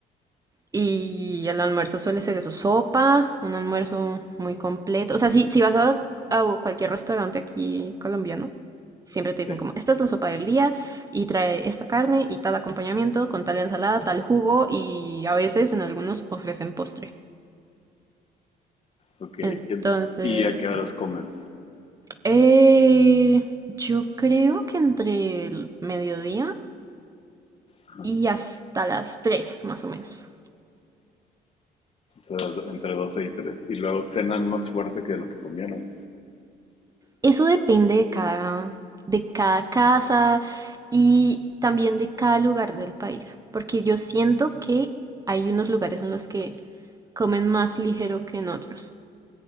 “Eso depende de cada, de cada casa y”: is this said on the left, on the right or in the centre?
Right